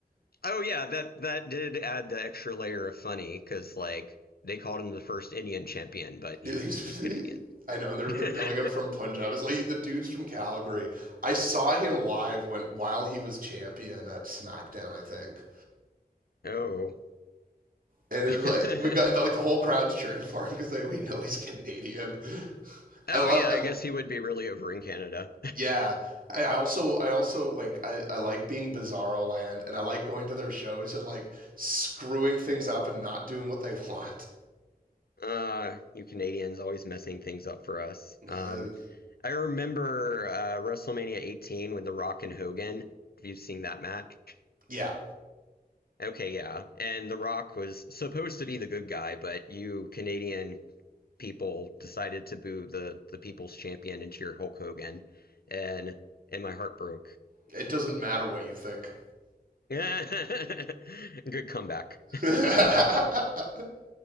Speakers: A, on the left; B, on the right.
A: Oh yeah, that that did add the extra layer of funny because like they called him the first Indian champion, but he
B: He's,
A: he's Canadian. <laughs>
B: I know, and they're they're billing him from Punjab. It's like the dude's from Calgary. I saw him live when while he was champion at SmackDown, I think.
A: oh.
B: And
A: <laughs>
B: it was like we got like the whole crowd's cheering for him because they we know he's Canadian. <laughs>
A: oh
B: I love
A: yeah,
B: I,
A: I guess he would be really over in Canada.
B: Yeah, I I also I also like I, I like being Bizarro Land, and I like going to their shows and like screwing things up and not doing what they <laughs> want.
A: Uh, you Canadians always messing things up for us.
B: Uh,
A: Um, I remember uh, WrestleMania 18 with The Rock and Hogan. Have you seen that match?
B: yeah,
A: Okay, yeah. And The Rock was supposed to be the good guy, but you Canadian people decided to boo the the people's champion and cheer Hulk Hogan, and and my heart broke.
B: it doesn't matter what you think.
A: <laughs> good comeback.
B: <laughs>